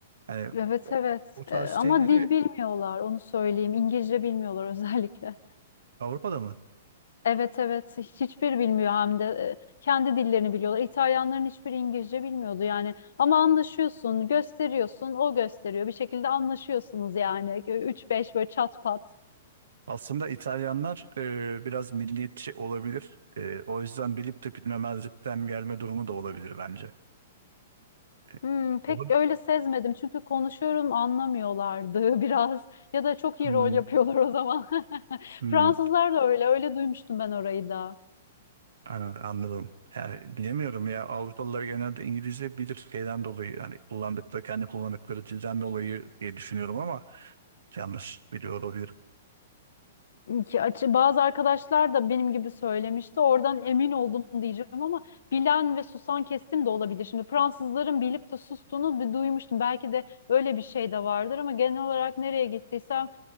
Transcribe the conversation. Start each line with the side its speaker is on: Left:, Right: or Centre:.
Right: Yani
Left: Evet
Right: o
Left: evet.
Right: o tarz
Left: Ee, ama
Right: şeyleri
Left: dil bilmiyorlar onu söyleyeyim. İngilizce bilmiyorlar <laughs> özellikle.
Right: Avrupa'da mı?
Left: Evet evet. Hiç- Hiçbir bilmiyor hem de e, kendi dillerini biliyorlar. İtalyanların hiçbiri İngilizce bilmiyordu yani. Ama anlaşıyorsun, gösteriyorsun, o gösteriyor. Bir şekilde anlaşıyorsunuz yani. 3-5 böyle çat pat.
Right: Aslında İtalyanlar e, biraz milliyetçi olabilir. E, o yüzden bilip de bilmemezlikten gelme durumu da olabilir bence. E,
Left: Hmm, pek
Right: Olur.
Left: öyle sezmedim çünkü konuşuyorum anlamıyorlardı <laughs> biraz ya da çok iyi
Right: Hmm,
Left: rol yapıyorlar o zaman. <laughs>
Right: hmm,
Left: Fransızlar da öyle öyle duymuştum ben orayı da.
Right: ana- anladım. Yani bilemiyorum ya Avrupalılar genelde İngilizce bilir şeyden dolayı yani kullandıkları kendi kullandıkları dilden dolayı diye düşünüyorum ama Yanlış biliyor olabilir.
Left: ki açı bazı arkadaşlar da benim gibi söylemişti. Oradan emin oldum diyeceğim ama bilen ve susan kestim de olabilir. Şimdi Fransızların bilip de sustuğunu bir duymuştum. Belki de öyle bir şey de vardır ama genel olarak nereye gittiysem